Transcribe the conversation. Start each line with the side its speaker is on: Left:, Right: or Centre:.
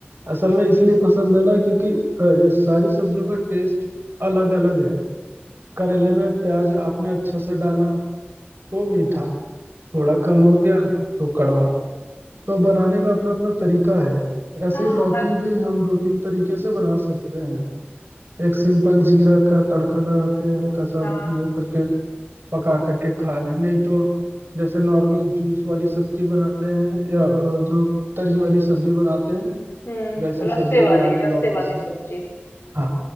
Right: असल में इसलिए पसंद है ना क्योंकि अ, इस सारी सब्जियों का टेस्ट अलग अलग है करेले में प्याज आपने अच्छे से डाला तो मीठा थोड़ा कम हो गया तो कड़वा तो बनाने का अपना अपना तरीका है ऐसे
Left: हाँ
Right: ही लौकी
Left: हर
Right: भी हम दो तीन तरीके से बना सकते हैं एक सिंपल जीरा का तड़का लगा के हल्का सा
Left: हाँ
Right: वो करके पका करके खा लें नहीं तो जैसे नॉर्मल जूस वाली सब्जी बनाते हैं या अ, जो तरी वाली सब्जी बनाते हैं
Left: हम्म
Right: वैसी सब्जी
Left: रस्से वाली
Right: बना लें लौकी
Left: रस्से वाली
Right: से
Left: सब्जी
Right: हाँ